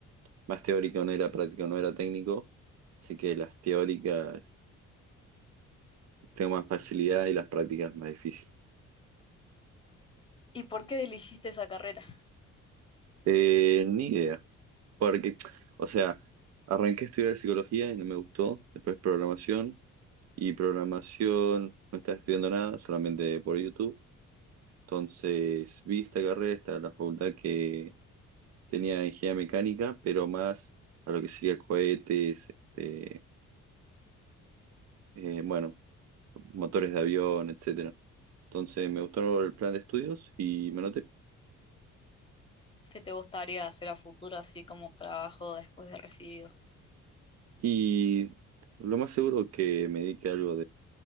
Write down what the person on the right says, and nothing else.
más teórico, no era práctico, no era técnico, así que las teóricas tengo más facilidad y las prácticas más difícil.
Eh, ni idea. Porque, o sea, arranqué a estudiar psicología y no me gustó. Después programación. Y programación no estaba estudiando nada, solamente por YouTube. Entonces vi esta carrera, esta la facultad que tenía ingeniería mecánica, pero más a lo que sería cohetes, este, eh, bueno, motores de avión, etcétera. Entonces me gustó el plan de estudios y me anoté.
Y lo más seguro que me dedique a algo